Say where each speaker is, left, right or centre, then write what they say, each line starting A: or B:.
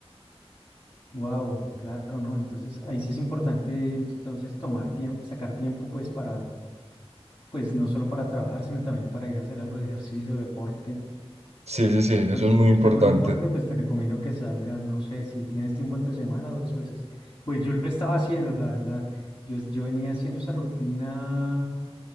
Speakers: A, on the left; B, on the right.
A: Wow, claro, ¿no? Entonces ahí sí es importante entonces tomar tiempo, sacar tiempo pues para, pues no solo para trabajar, sino también para ir a hacer algo de ejercicio, deporte.
B: Sí, sí, sí, eso
A: Pues si
B: es muy
A: te gusta
B: importante.
A: algún deporte, pues te recomiendo que salgas, no sé, si tienes tiempo entre semana, dos veces. Pues yo lo estaba haciendo, la verdad. Yo, yo venía haciendo esa rutina